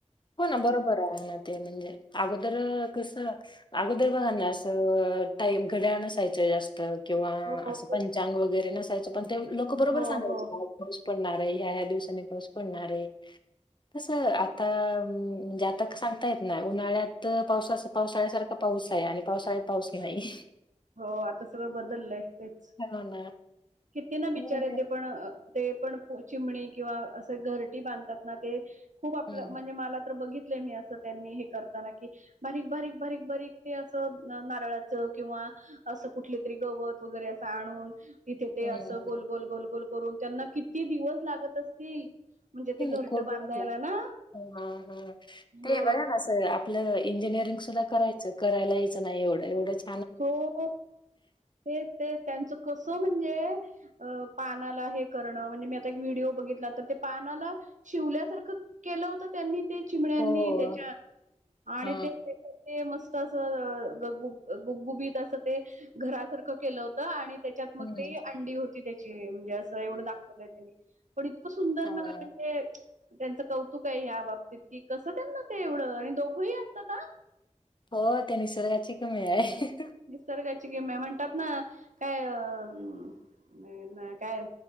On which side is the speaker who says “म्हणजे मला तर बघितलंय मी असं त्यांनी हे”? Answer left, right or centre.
Right